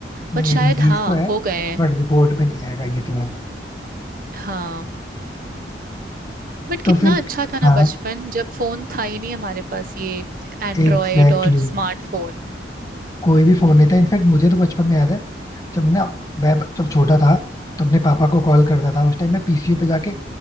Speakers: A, on the left; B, on the right.
A: नहीं
B: बट शायद
A: ये डिजीज
B: हाँ
A: तो है
B: हो गए हैं।
A: बट रिपोर्ट में नहीं आएगा ये तो है
B: हाँ बट
A: तो
B: कितना
A: फिर
B: अच्छा था ना
A: हाँ
B: बचपन जब फोन था ही नहीं हमारे पास ये एंड्रॉयड
A: Exactly
B: और
A: exactly.
B: स्मार्टफोन
A: कोई भी फोन
B: हम्म
A: नहीं था इनफैक्ट मुझे तो बचपन में याद है जब ना मैं ब- जब छोटा था तो अपने पापा को कॉल करता था उस टाइम मैं पीसीओ पे जाके